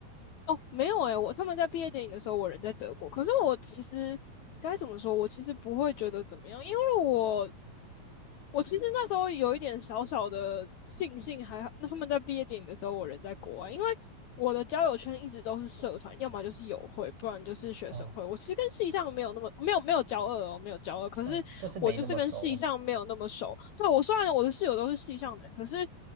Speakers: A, on the left; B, on the right.
A: 哦，没有诶，我他们在毕业典礼的时候，我人在德国。可是我其实该怎么说？我其实不会觉得怎么样，因为我我其实那时候有一点小小的庆幸，还好，那他们在毕业典礼的时候，我人在国外，因为我的交友圈一直都是社团，要么就是友会，不然就是学生会。
B: 哦，
A: 我其实跟系上没有那么没有没有交恶哦，没有交恶，可是我就是跟系上没有那么熟。
B: 呃，就是没那么熟，
A: 对，我虽然我的室友都是系上的人，可是